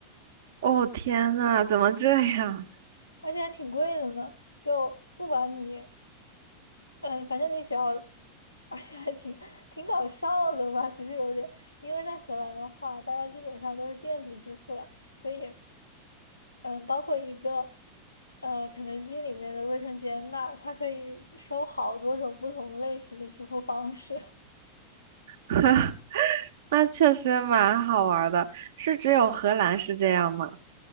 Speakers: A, on the right (about 60°); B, on the left (about 80°).
A: 哦，天呐，怎么这样？
B: 而且还挺贵的呢。就不管你嗯，反正你只要，而且还挺挺搞笑的吧，其实有点，因为在荷兰的话，大家基本上都是电子支付了，所以，嗯，包括一个，呃，肯德基里面的卫生间那儿，它可以收好多种不同类型的支付方式。<laughs>
A: <laughs> 那确实蛮好玩儿的。是只有荷兰是这样吗？